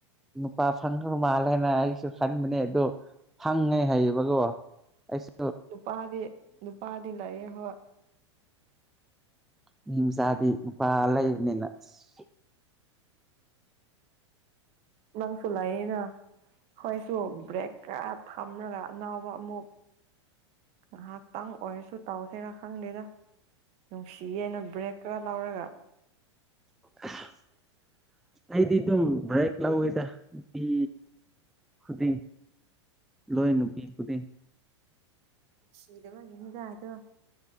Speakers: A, in the centre; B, on the right (about 45°).
A: ꯅꯨꯄꯥ ꯐꯪꯈ꯭ꯔꯕ ꯃꯥꯜꯂꯦꯅ ꯑꯩꯁꯨ ꯈꯟꯕꯅꯦ ꯑꯗꯨ ꯍꯪꯉꯦ ꯍꯥꯏꯌꯦꯕꯒꯣ ꯑꯩꯁ__
B: ꯅꯨꯄꯥꯗꯤ ꯅꯨꯄꯥꯗꯤ ꯂꯩꯌꯦ ꯍꯣꯏ
A: ꯃꯤ ꯃꯆꯥꯗꯤ ꯅꯨꯄꯥ ꯂꯩꯕꯅꯤꯅ ꯑꯁ
B: ꯅꯡꯁꯨ ꯂꯥꯏꯌꯦꯅ ꯍꯣꯏꯁꯨ ꯕ꯭ꯔꯦꯛ ꯈꯔ ꯊꯝꯔꯒ ꯑꯅꯧꯕ ꯑꯃꯨꯛ ꯉꯥꯍꯥꯛꯇꯪ ꯑꯣꯏꯔꯁꯨ ꯇꯧꯁꯦꯔꯥ ꯈꯪꯗꯦꯗ ꯅꯨꯡꯁꯤꯌꯦꯅ ꯕ꯭ꯔꯦꯛ ꯈꯔ ꯂꯧꯔꯒ
A: <unintelligible> ꯑꯩꯗꯤ ꯑꯗꯨꯝ ꯕ꯭ꯔꯦꯛ ꯂꯧꯋꯤꯗ ꯅꯨꯄꯤ ꯈꯨꯗꯤꯡ ꯂꯣꯏ ꯅꯨꯄꯤ ꯈꯨꯗꯤꯡ
B: ꯁꯤꯗꯕꯒꯤ ꯅꯤꯗꯥ ꯑꯗꯣ